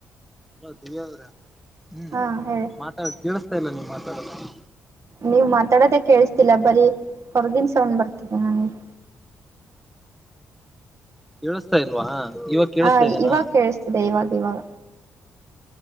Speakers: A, in the centre; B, on the right (about 50°).
A: ಹಲೋ ದಿವ್ಯಾ ಅವ್ರ ಹ್ಮ್
B: ಹಾ ಹೇಳಿ
A: ಮಾತಾಡ್ ಕೇಳಿಸ್ತಾ ಇಲ್ಲ ನೀವ್ ಮಾತಾಡಲ್ಲ <inaudible>
B: ನೀವ್ ಮಾತಾಡೋದೇ ಕೇಳಿಸತಿಲ್ಲ ಬರೀ ಹೊರಗಿನ ಸೌಂಡ್ ಬರ್ತದೆ ನನ್ಗೆ
A: ಕೇಳಿಸತಾ ಇಲ್ವಾ ಇವಾಗ ಕೇಳಿಸ್ತಾ
B: ಹಾ
A: ಇದೇನಾ
B: ಇವಾಗ ಕೇಳಿಸ್ತಿದೆ ಇವಾಗ ಇವಾಗ